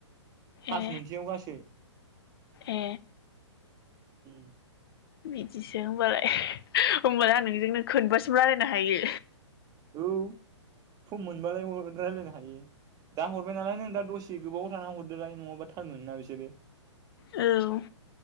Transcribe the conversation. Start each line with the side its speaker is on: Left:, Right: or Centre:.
Right: फास
Left: ए
Right: मोनसेयाव गासो
Left: ए
Right: उम
Left: बिदिसो होनबालाय होमबालाय आं नोंजोंनो खोनबासो रायलायनो हायो
Right: औ सम मोनबालाय रायजलायनो हायो दा हरबाय नालाय नों दा दसे गोबाव थाना हरदोलाय नङाबा टाल मोनोना बिसोरो
Left: औ